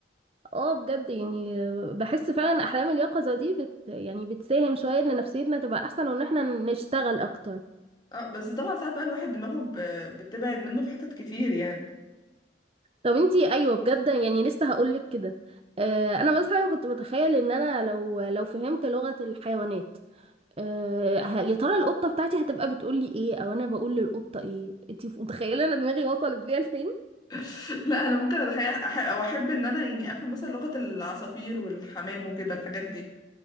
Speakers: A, on the right; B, on the left.
A: اه بجد يعني بحس فعلا احلام اليقظة دي بت يعني بتساهم شوية ان نفسيتنا تبقى احسن وان احنا نشتغل اكتر
B: اه بس طبعا ساعات بقى الواحد دماغه ب- بتبعد منه في حتت كتير يعني
A: طب انتي ايوه بجد يعني لسه هقولك كده آه، انا مثلا كنت بتخيل ان انا لو لو فهمت لغة الحيوانات أه ه- يا ترى القطة بتاعتي هتبقى بتقول لي ايه او انا بقول للقطة ايه انتي ف- متخيلة انا دماغي وصلت بيها لفين
B: <laughs> لا انا ممكن اتخيل أح- او احب ان انا يعني افهم مثلا لغة العصافير والحمام وكده الحاجات دي